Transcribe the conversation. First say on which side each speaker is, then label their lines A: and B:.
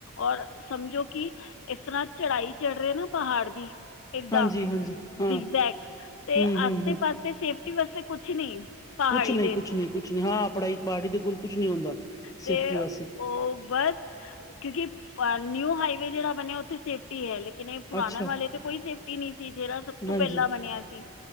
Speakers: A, on the left; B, on the left.
A: ਔਰ ਸਮਝੋ ਕਿ ਇਸ ਤਰ੍ਹਾਂ ਚੜਾਈ ਚੜ੍ਹ ਰਹੇ ਨਾ ਬਹਾੜ ਦੀ। ਏਦਾ
B: ਹਾਂਜੀ ਹਾਂਜੀ ਹਾਂ
A: ਜਿਗਰ ਜੈਗ ਤੇ
B: ਹੂੰ ਹੂੰ
A: ਆਸੇ
B: ਹੂੰ
A: ਪਾਸੇ। ਤੇ ਸੇਫ਼ਟੀ ਵਾਸਤੇ ਕੁਛ ਨਹੀਂ। ਪਹਾੜੀ
B: ਕੁਛ ਨਹੀਂ
A: ਦੇ
B: ਕੁਛ ਨਹੀਂ ਕੁਛ ਨਹੀਂ ਹਾਂ ਪੜ੍ਹਾਈ ਪਾਰਟੀ ਦੇ ਕੋਲ ਕੁਛ ਨਹੀਂ ਹੁੰਦਾ
A: ਤੇ
B: ਸੇਫਟੀ ਵਾਸਤੇ
A: ਉਹ ਬਸ। ਕਿਉਂਕਿ ਅ ਨਿਊ ਹਾਈਵੇ ਜਿਹੜਾ ਬਣਿਆ ਉੱਥੇ ਸੇਫ। ਟੀ ਹੈ ਲੇਕਿਨ ਇਹ ਪੁਰਾਣੇ
B: ਅੱਛਾ
A: ਵਾਲੇ ਤੇ ਕੋਈ ਸੇਫਟੀ ਨਹੀਂ ਸੀ ਜਿਹੜਾ ਸਭ ਤੋਂ
B: ਹਾਂਜੀ
A: ਪਹਿਲਾਂ ਬਣਿਆ ਸੀ।